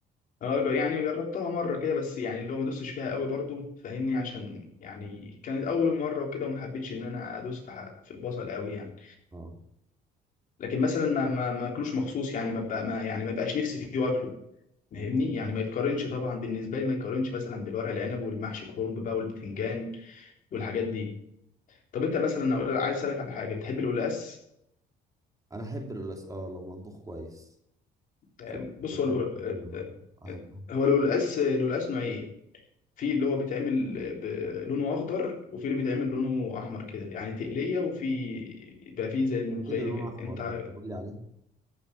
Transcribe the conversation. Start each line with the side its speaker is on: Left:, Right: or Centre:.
Left: اه ج- يعني جربتها مرة كده بس يعني اللي هو ما دوستش فيها قوي برضو فاهمني عشان يعني كانت اول مرة وكده وما حبيتش ان انا ادوس في ح- في البصل قوي يعني
Right: اه
Left: لكن مثلا ما ما ما اكلوش مخصوص يعني ما بقى ما يعني ما بقاش نفسي فيه واكله فاهمني
Right: مم.
Left: يعني ما يتقارنش طبعا بالنسبه لي ما يتقارنش مثلا بالورق العنب والمحشي كرنب بقى والبتنجان والحاجات دي طب انت مثلا أقول- عايز اسالك على حاجه بتحب القلقاس
Right: انا احب القلقاس اه لو مطبوخ كويس
Left: يعني
Right: شوف
Left: بص
Right: الآخر
Left: هو القل-
Right: مثلا واحد واحد.
Left: هو القلقاس القلقاس نوعين في اللي هو بيتعمل ب- لونه اخضر وفي اللي بيتعمل لونه احمر كده يعني تقليه وفي يبقى فيه زي الملوخيه
Right: ايه اللي لونه
Left: كده
Right: احمر
Left: انت
Right: ده كده قول لي عليه